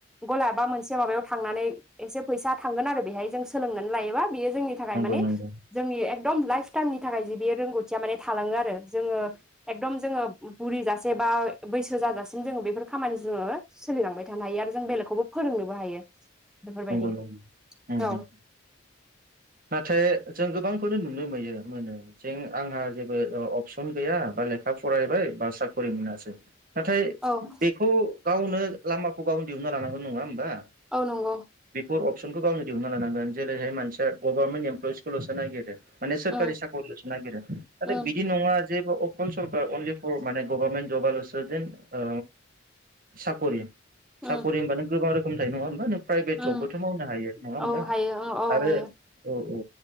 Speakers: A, in the centre; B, on the right (about 45°).
A: गला बा मोनसे माबायाव थांनानै एसे फैसा थांगोन आरो बेहाय जों सोलोंनानै लायोबा बियो जोंनि
B: नंगौ
A: थाखाय माने
B: नंगौ
A: जोंनि एक दम लाइफ टाइमनि थाखाय जे बेयो रोंगौथिया माने थलाङो आरो जोङो एकदम जोङो बुरिजासे बा बैसो जाजासिम जोङो बेफोर खामानि जोङो सोलिलांबाय थानो हायो आरो जों बेलेखौबो फोरोंनोबो हायो बेफोरबायदि,
B: नंगौ नंगौ उम
A: औ।
B: उम नाथाय जों गोबांखौनो नुनो मोयो मोनो जों आंहा जेबो अ अपसन गैया बा लेखा फरायबाय बा साखरि मोनासै नाथाय
A: औ
B: बेखौ गावनो लामाखौ गावनो दिहुनना लानांगोन नङा होमबा?
A: औ नंगौ
B: बे अपसनखौ गावनो दिहुननो लानांगोन जेरैहाय मानया गभर्नमेन्ट इमप्लयिसखौ'सो नागिरो माने सोरखारि
A: उम
B: साखरिल'सो नागिरो नाथाय
A: उम
B: बिदि नङा अ सरखार अनलि फर गभारमेन्त जबा लसो जेन ओ साकरि
A: उम
B: साकरि होनबा गोबां रोखोमनि थायो नङा होमबा नों प्राइभेट
A: उम
B: जबबोथ' मावनो हायो नङा होमबा
A: औ हायो उम औ
B: आरो
A: हायो
B: औ- औ